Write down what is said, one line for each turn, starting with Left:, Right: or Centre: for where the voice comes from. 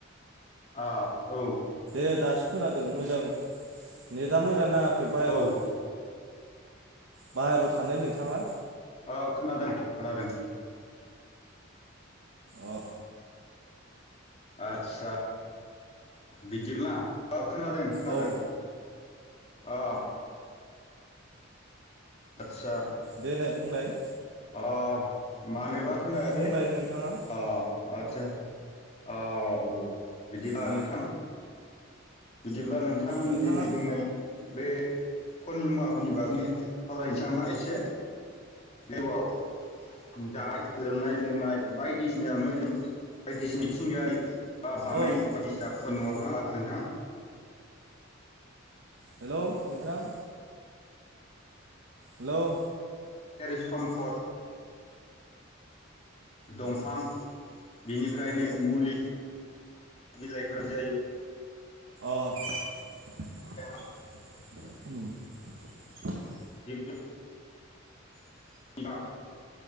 Left: अ औ औ
Right: दे दासो खोनादों मोजां नेटआ मोजां नाङाखै बायेराव
Left: औ
Right: बाहेरायाव थानाय नोंथाङा
Left: औ खोनादों खोनादों
Right: अ
Left: आदसा बिदिब्ला खोनादों खोनादों
Right: औ
Left: औ आतसा
Right: देनाय बुंनाय
Left: अ मानोबा खोनायासै
Right: बुंनाय नोंथाङा
Left: अ आदसा औ औ बिदिब्ला
Right: अ
Left: नोंथां बिदिब्ला नोंथां
Right: नोंथाङा
Left: दिनै जोङो बे खनि मुवाफोरनि बागैनो सावरायनोसै नामा एसे देवआव जानाय लोमनाय लोंनाय बायदिसिनायावनो जों बायदिसिना मिथिगायारि बा बानाय
Right: औ
Left: बायदिसिना खनि महर ना नोंथां
Right: हेलौ नोंथां हेल'
Left: जेरै सम्पद दंफां बिनिफ्रायनो मुलि बिलाइफोर जायो
Right: <unintelligible>
Left: <unintelligible>
Right: <inaudible>
Left: मैगं जिब जुनार <unintelligible>